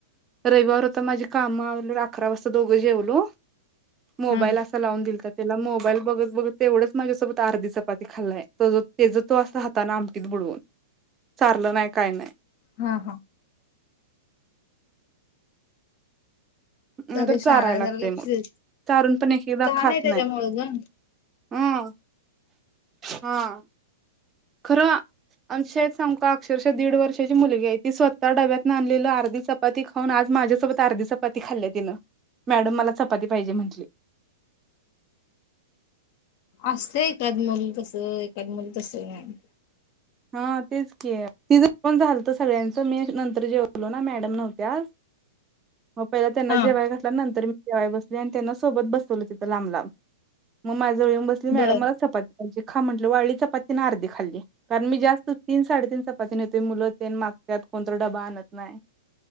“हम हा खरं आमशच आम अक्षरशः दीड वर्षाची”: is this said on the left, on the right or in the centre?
Right